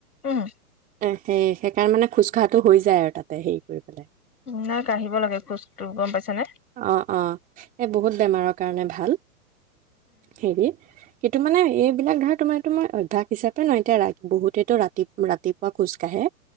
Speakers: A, on the left; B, on the right.
A: উম
B: দে সেই সেইকাৰণে মানে খোজ কঢ়াটো হৈ যায মানে আৰু তাতে হেৰি কৰি পেলাই
A: নাই কাঢ়িব লাগে খোজো গম পাইছ নে
B: অ অ এই বহুত বেমাৰৰ কাৰণে ভাল হেৰি সেইটো মানে এইবিলাক ধৰা তোমাৰো মই অভ্যাস হিচাপে ন এতিয়া বহুতেতো ৰাতি ৰাতিপুৱা খোজ কাঢ়ে